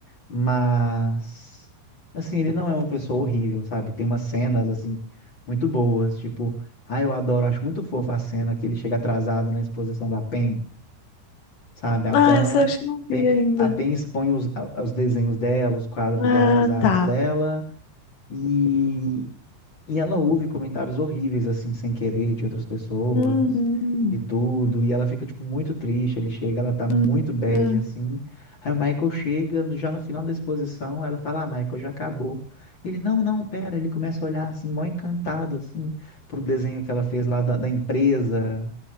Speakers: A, on the left (about 30°); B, on the left (about 70°).
A: Mas assim, ele não é uma pessoa horrível, sabe? Tem umas cenas assim muito boas, tipo, ah, eu adoro, acho muito fofa a cena que ele chega atrasado na exposição da Pen, sabe? A
B: Ah,
A: Pen,
B: essa eu acho que não
A: Pen-
B: vi ainda.
A: a Pen expõe os, a- os desenhos dela, os quadros
B: Ah,
A: dela, as artes
B: tá.
A: dela. e e ela ouve comentários horríveis, assim, sem querer, de outras pessoas
B: Hum,
A: e tudo. E ela fica, tipo, muito triste. Ele chega, ela tá muito
B: hum, hum,
A: bad,
B: hum,
A: assim. Aí o Michael chega, já no final da exposição, ela fala, ah, Michael, já acabou. Ele, não, não, pera. Ele começa a olhar, assim, mó encantado, assim, pro desenho que ela fez lá da, da empresa.